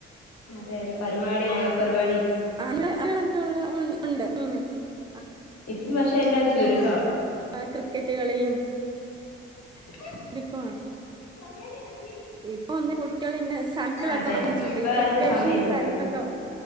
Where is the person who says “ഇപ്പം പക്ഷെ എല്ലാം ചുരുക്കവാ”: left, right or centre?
Left